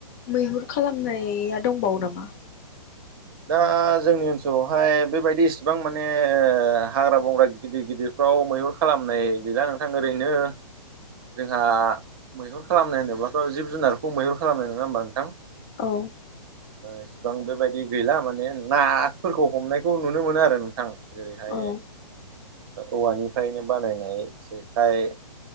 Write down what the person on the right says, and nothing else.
दा जोंनि ओनसोलावहाय बेबायदि इसिबां माने हाग्रा बंग्रा गिदिर गिदिर फाव मैहुर खालामनाय गैजा नोंथां ओरैनो जोंहा मैहुर खालामनो होनोब्लाथ' जिब जुनारखौ मैहुर खालामनाय नङा होमबा नोंथां
इसिबां बेबायदि गैला माने नाफोरखौ हमनायखौ नुनो मोनो आरो नोंथां जेरैहाय
औवानिफ्रायनो बानायनाय जेखाय